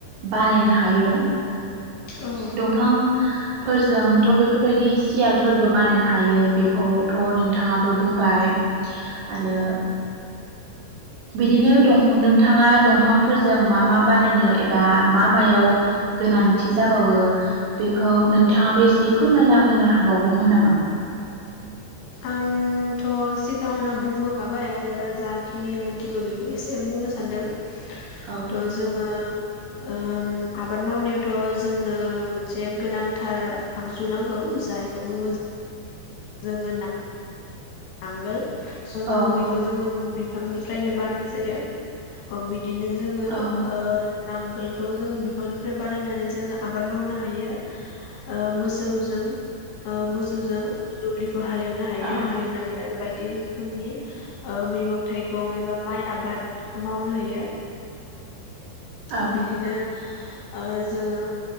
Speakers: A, on the right; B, on the left.
A: बानायनो हा हायो
B: औ
A: दंफां फोरजोंथ' बेफोरबायदि सियारफोरबो बानायनो हायो बेखौथ' नोंथाङाबो बुंबाय आरो बिदिनो दं नोंथाङा दंफांफोरजों मा मा बानायनो एबा मा मा मायाव गोनांथि जाबावो बेखौ नोंथाङाबो एसे फोरमायना होनो हाबावगौमोन नामा?
B: आंथ' सिगाङावनो बुंबोखाबाय आरो जाखिनि मिथिगौ बेखौ एसे बुंनो सानदों थ'
A: औ
B: जोङो ओ आबाद मावनायावथ' जोंनो मोनसे गोनांथार आगजु नांगौ जायखौ बुङो जोङो ना नांगोल स'
A: औ
B: जों बेखौ जोङो बि बिफांनिफ्रायनो बानाय जायो। ह बि बिदिनो जोङो
A: औ
B: नांगोलखौ जोङो बिफांनिफ्राय बानायनानै म जोङो आबाद मावनो हायो। ओ मोसौजों ओ मोसौजों दुब्लिखो बो हाल एवनो हायो
A: औ
B: हालेवनानै। ओरैबायदि रोखोमनि मैगं थाइगं एबा माइ आबाद मावनो हायो।
A: औ
B: ओ बिदिनो। ओ जोङो